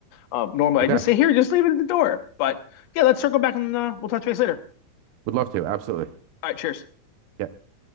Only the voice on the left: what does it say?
Um, normally
I just say here, just leave it at the door. But yeah, let's circle back and uh, we'll touch base later.
All right, cheers.